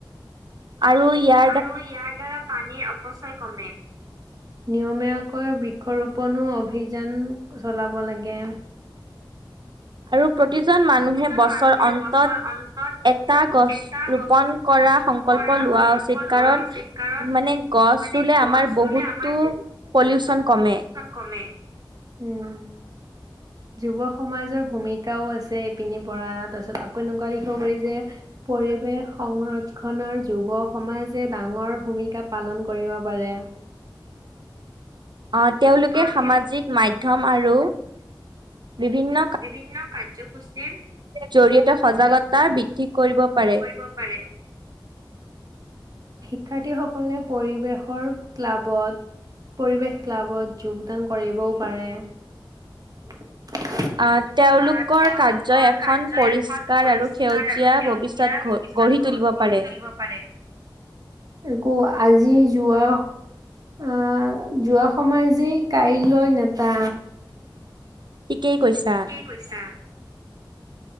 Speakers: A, on the right (about 60°); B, on the right (about 45°).
A: আৰু ইয়া
B: আৰু ইয়াৰ দ্বাৰা পানীৰ অপচয় কমে। নিয়মীয়াকৈ বৃক্ষৰোপণো অভিযান চলাব লাগে।
A: আৰু প্ৰতিজন মানুহে বছৰ
B: মানুহ
A: অন্তত
B: বছৰ অন্তত
A: এটা গছ
B: এটা
A: ৰোপন কৰা সংকল্প
B: কৰা
A: লোৱা
B: সংকল্প
A: উচিত।
B: লোৱা
A: কাৰণ
B: উচিত কাৰণ
A: মানে গছ
B: মানে
A: ৰুলে আমাৰ বহুতো
B: ৰুলে আমাৰ
A: পলিউশ্যন কমে।
B: কমে, উমঁ। যুৱ সমাজৰ ভূমিকাও আছে ইপিনি পৰা তাৰ পিছত আকৌ এনেকুৱা লিখিব পাৰি যে পৰিৱেশ সংৰক্ষণৰ যুৱ সমাজে ডাঙৰ ভূমিকা পালন কৰিব পাৰে।
A: অঁ' তেওঁলোকে
B: অধিক
A: সামাজিক মাধ্যম আৰু বিভিন্ন
B: বিভিন্ন কাৰ্যসূচীৰ
A: জৰি়য়তে সজাগতা বৃদ্ধি কৰিব পাৰে।
B: দিব পাৰে। শিক্ষাৰ্থীসকলে পৰিৱেশৰ ক্লাবত পৰিৱেশ ক্লাব যোগদান কৰিবও পাৰে। <unintelligible>
A: আহ তেওঁলোকৰ
B: আঁ' তেওঁলোকৰ
A: কাৰ্যই এখন
B: কাৰ্য
A: পৰিষ্কাৰ
B: এখন পৰিষ্কাৰ
A: আৰু সেউজীয়া
B: আৰু সেউজীয়া
A: ভৱিষ্যত গঢ়ি তুলিব
B: গঢ়ি
A: পাৰে।
B: তুলিব পাৰে। আকৌ আজি যোৱা আহ' যোৱা সময় যি কাইলৈ নেতা।
A: ঠিকেই কৈছা।
B: কৈছা।